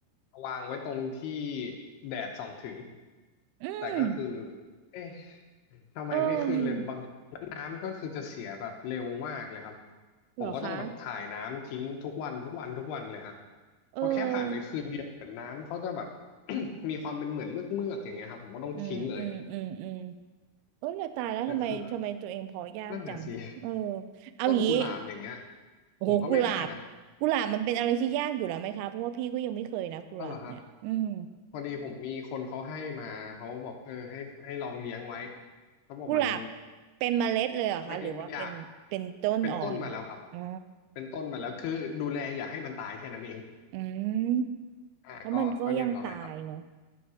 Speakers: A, on the left (about 75°); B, on the right (about 80°).
A: วางไว้ตรงที่แดดส่องถึง
B: อืม
A: แต่ก็คือเอ๊ะทำไมไม่ขึ้นเลยบางแล้วน้ำก็คือจะเสียแบบเร็วมากเลยครับ
B: เออเหรอคะ
A: ผมก็ต้องแบบถ่ายน้ำทิ้งทุกวันทุกวันทุกวันเลยฮะ
B: เอ
A: พอแค่ผ่านไปคืนเดียวเหมือนน้ำเขาจะแบบ
B: อ
A: <coughs> มีความเป็นเหมือนเมือกเมือกอย่างเงี้ยครับผมก็ต้องทิ้งเลย
B: อืมอืมอืมอืมเออแต่ตายแล้วทำไมทำไมตัวเองพอยากจังเออ
A: แต่คือนั่นน่ะสิ
B: เอางี้
A: ต้นกุหลาบอย่างเงี้ย
B: โอ้โหกุหลาบ
A: ผมก็ไม่ได้นะ
B: กุหลาบมันเป็นอะไรที่ยากอยู่แล้วไหมคะเพราะว่าพี่ก็ยังไม่เคยนะกุหลาบเนี่ยอืม
A: ก็เหรอฮะพอดีผมมีคนเขาให้มาเขาบอกเออให้ให้ลองเลี้ยงไว้เขาบอกมัน
B: กุหลาบเป็นเมล็ดเลยเหรอคะหรือว่าเป็นเป็นต้นอ่อน
A: ไม่ไม่อยากเป็นต้นมาแล้วครับ
B: อ๋อ
A: เป็นต้นมาแล้วคือดูแลอย่าให้มันตายแค่นั้นเอง
B: อืมเพราะมันก็ยังตายเนาะ
A: อ่าก็ก็เรียบร้อยครับ